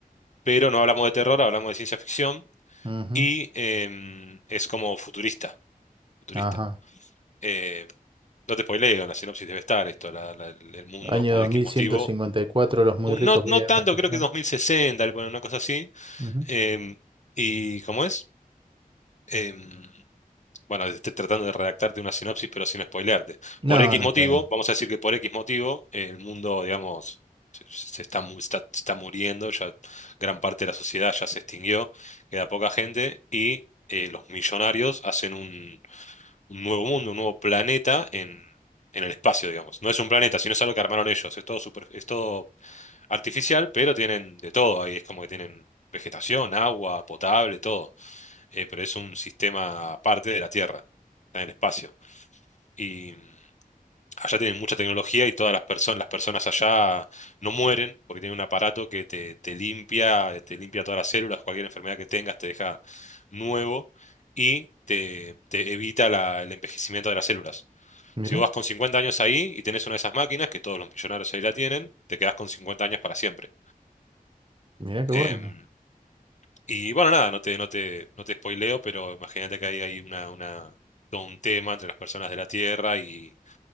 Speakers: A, on the left (about 50°); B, on the right (about 35°).
A: pero no hablamos de terror, hablamos de ciencia ficción
B: ujú,
A: y em, es como futurista. Futurista.
B: ajá.
A: Eh, no te spoileo, en la sinopsis debe estar esto, la- la- el el mundo
B: Año
A: por
B: dos
A: X
B: mil
A: motivo.
B: ciento cincuenta y cuatro, los muy
A: Un-
B: ricos
A: No,
B: viven
A: no tanto,
B: en una estación.
A: creo que 2060 le ponen una cosa así.
B: Ujú.
A: Em, ¿y cómo es? em, bueno, estoy tratando de redactarte una sinopsis, pero sin spoilearte.
B: No,
A: Por X
B: no
A: motivo,
B: está bien.
A: vamos a decir que por X motivo, eh, el mundo, digamos, se, se está, mu- está, se está muriendo, ya gran parte de la sociedad ya se extinguió, queda poca gente, y eh, los millonarios hacen un, un nuevo mundo, un nuevo planeta en, en el espacio, digamos. No es un planeta, sino es algo que armaron ellos. Es todo, super- es todo artificial, pero tienen de todo ahí. Es como que tienen vegetación, agua, potable, todo eh, pero es un sistema aparte de la Tierra, está en el espacio. Y mm, allá tienen mucha tecnología y todas las personas, las personas allá no mueren porque tienen un aparato que te, te limpia, eh, te limpia todas las células, cualquier enfermedad que tengas te deja nuevo y te, te evita la- el envejecimiento de las células.
B: Mira.
A: Si vos vas con 50 años ahí y tenés una de esas máquinas, que todos los millonarios ahí la tienen, te quedás con 50 años para siempre.
B: Mirá qué
A: Em,
B: bueno.
A: Y bueno, nada, no te, no te, no te spoileo, pero imagínate que ahí hay una, una, todo un tema entre las personas de la Tierra y,